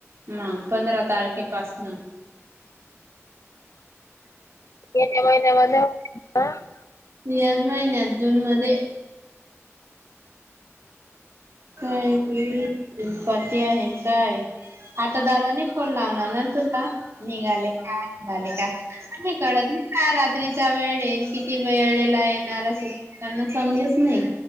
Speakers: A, on the right; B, on the left.
A: ह पंधरा तारखेपासन
B: एने महिने वजा <unintelligible> काय <unintelligible>
A: ह्याच महिन्यात जून मध्ये कापाती <unintelligible> आहे काय आता दादाने फोन लावणार ना तुला निघाले का निघाले का नाही कळत नाही काय रात्रीचा वेळ येईन किती वेळेला येणार असं त्यांना समजच नाही